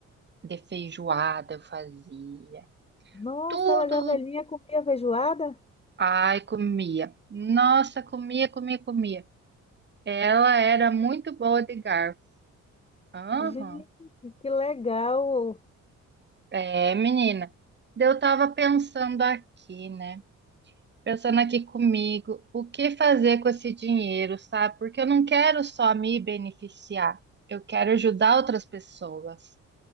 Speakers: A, on the right; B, on the left.
A: de feijoada eu fazia.
B: Nossa,
A: Tudo.
B: ela já velhinha comia feijoada?
A: Ai, comia. Nossa, comia, comia, comia. Ela era muito boa de garfo. Aham.
B: Gente, que legal!
A: É, menina. Daí Eu tava pensando aqui, né? Pensando aqui comigo, o que fazer com esse dinheiro, sabe? Porque eu não quero só me beneficiar, eu quero ajudar outras pessoas.